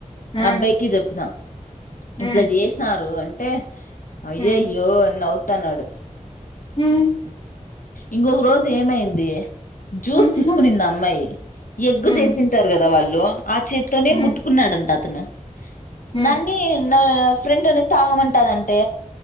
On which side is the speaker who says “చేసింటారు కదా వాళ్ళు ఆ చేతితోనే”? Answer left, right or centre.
Left